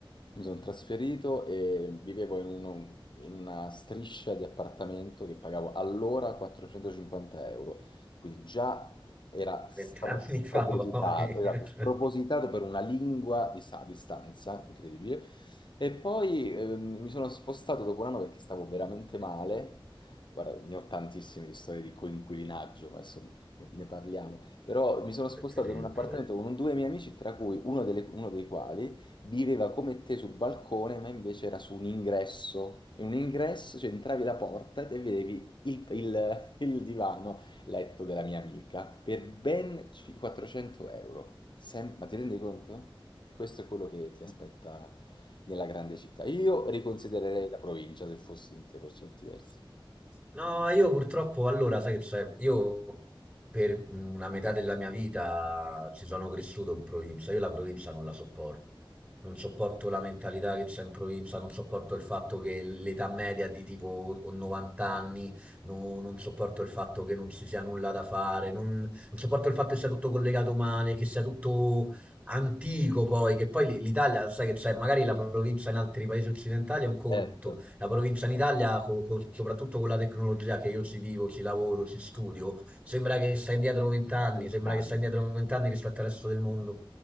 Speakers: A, on the left (about 60°); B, on the right (about 15°).
A: Mi sono trasferito e vivevo in, uno- in una striscia di appartamento che pagavo allora 450 euro. Quindi già era stra-
B: Vent'anni
A: spropositato,
B: fa poi. <laughs>
A: esatto,
B: È
A: spropositato per una lingua di, sa- di stanza, incredibile. E poi ehm, mi sono spostato dopo un anno perché stavo veramente male. Guarda, ne ho tantissime di storie di coinquilinaggio, ma adesso ne, ne parliamo. Però mi sono spostato
B: terribile.
A: in un appartamento con due miei amici, tra cui uno, delle- uno dei quali viveva come te sul balcone, ma invece era su un ingresso. In un ingresso, cioè entravi la porta e vedevi il, il- il divano letto della mia amica per ben ci- 400 euro. Sem- ma ti rendi conto? Questo è quello che ti aspetta nella grande città. Io riconsidererei la provincia se fossi in te per certi versi.
B: No, io purtroppo allora, sai che c'è, io per una metà della mia vita ci sono cresciuto in provincia, io la provincia non la sopporto, non sopporto la mentalità che c'è in provincia, non sopporto il fatto che l'età media è di tipo o 90 anni, no- non sopporto il fatto che non ci sia nulla da fare, non, non sopporto il fatto che sia tutto collegato male, che sia tutto antico poi, che poi l'Italia, sai che c'è, magari la provincia in altri paesi occidentali è un conto,
A: Certo,
B: la provincia in Italia, co- co- soprattutto con la tecnologia che io ci vivo, ci lavoro, ci studio, sembra che sta indietro vent'anni,
A: lontano.
B: sembra che sta indietro vent'anni rispetto al resto del mondo.